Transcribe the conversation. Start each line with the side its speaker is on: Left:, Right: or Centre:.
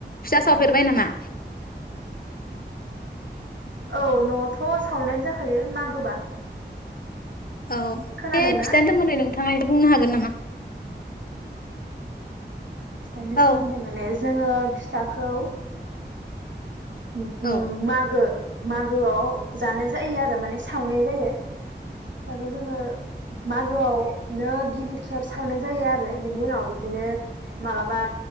Left: फिथा सावफेरबाय नामा।
Right: औ न'आवथ' सावनायानो जाखायो मागोबा।
Left: औ
Right: उम खोनादोंना?
Left: बे फिथानि सोमोन्दै नों थाङा एसे बुंनो हागोन नामा।
Right: फिथायनि
Left: औ
Right: सोमोन्दै माने जोङो फिथाखौ उम
Left: औ
Right: उम मागो। मागोआव जानाय जायो आरो माने सावनाय जायो। फिथाखौ जोङो। मागोआवनो गिबि खेब सावनाय जायो आरो बिनि उनाव बिदिनो मालाबा